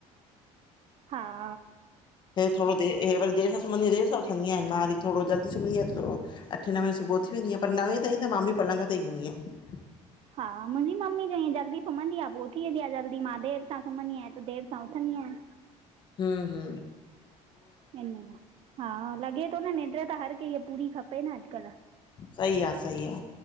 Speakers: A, on the right; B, on the left.
A: हा।
B: हे थोरो दे, हे वरी देरि सां सुम्हंदी आहिनि देरि सां ऊथंदीयूं आहिनि, मां वरी थोरो जल्दी सुम्हंदी आहियां। अठे-नवें सुबुह ऊथी वेंदीयां, पर नवें ताईं त मां बि पलंग ते ई हूंदी आहियां।
A: हा मुंहिंजी मम्मी जो इअं जल्दी सुम्हंदी आहे पो उथी वेंदी आहे जल्दी, मां देरि सां सुम्हंदी आहियां त देरि सां उथंदी आहियां।
B: हम्म-हम्म।
A: हिन लाइ, हा लॻे थो न निंड्र त हर कंहिंखे पूरी खपे न अॼुकल्ह।
B: सही आ-सही आ।